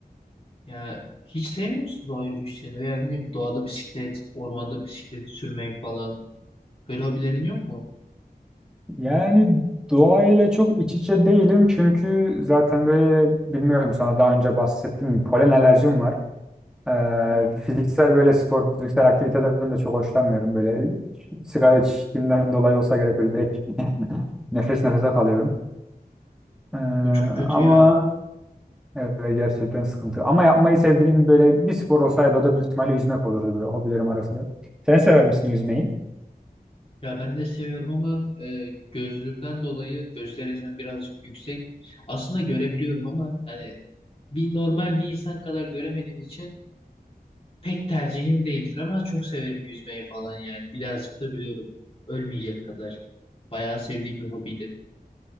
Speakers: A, on the left; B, in the centre.
A: Ya hiç sevmiyor musun doğa yürüyüşlerini? Veya ne bileyim doğada bisiklet, ormanda bisiklet sürmeyi falan. Böyle hobilerin yok mu?
B: Yani doğayla çok iç içe değilim çünkü zaten böyle bilmiyorum sana daha önce bahsettim polen alerjim var. Ee,
A: Aa,
B: fiziksel böyle spor, fiziksel aktiviteden de çok hoşlanmıyorum. Böyle sigara içtiğimden dolayı olsa gerek böyle direkt <laughs> nefes nefese kalıyorum. Ee,
A: bu çok kötü
B: ama
A: ya.
B: evet, gerçekten sıkıntı. Ama yapmayı sevdiğim böyle bir spor olsaydı o da büyük ihtimalle yüzmek olurdu böyle hobilerim arasında. Sen sever misin yüzmeyi?
A: Ya ben de seviyorum ama e, gözlüğümden dolayı göz derecem birazcık yüksek. Aslında görebiliyorum ama yani bir normal bir insan kadar göremediğim için Pek tercihim değildir ama çok severim yüzmeyi falan yani. Birazcık da biliyorum. Ölmeyecek kadar. Bayağı sevdiğim bir hobiydi.